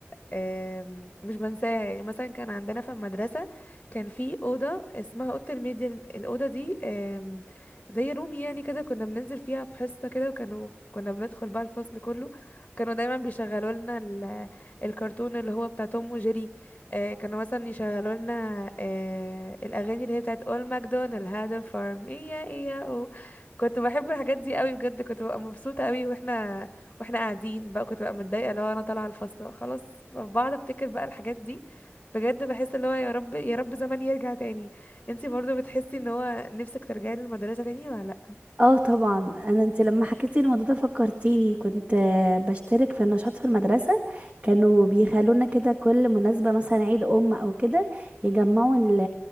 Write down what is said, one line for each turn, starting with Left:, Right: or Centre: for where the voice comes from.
Left: آم، مش بنساها يعني مثلا كان عندنا في المدرسه كان في اوضه اسمها اوضه الميديا الم- الاوضه دي آم، زي روم يعني كده كنا بننزل فيها في حصه كده وكانوا كنا بندخل بقى الفصل كله كانوا دايما بيشغلوا لنا ال... الكرتون اللي هو بتاع توم وجيري آه، كانوا مثلا يشغلوا لنا آه، الاغاني اللي هي بتاعت اول ماكدونالد هذا فارم ايا ايا أو. كنت بحب الحاجات دي قوي بجد كنت ببقى مبسوطه قوي واحنا واحنا قاعدين بقى كنت ببقى متضايقه لو انا طالعه الفصل خلاص بقعد افتكر بقى الحاجات دي بجد بحس اللي هو يا رب يا رب زمان يرجع تاني انتي برضو بتحسي ان هو نفسك ترجعي للمدرسه تاني ولا لا
Right: اه طبعا انا انت لما حكيتي الموضوع ده فكرتيني كنت آه، بشترك في النشاط في المدرسه كانوا بيخلونا كده كل مناسبه مثلا عيد ام او كده يجمعوا ال-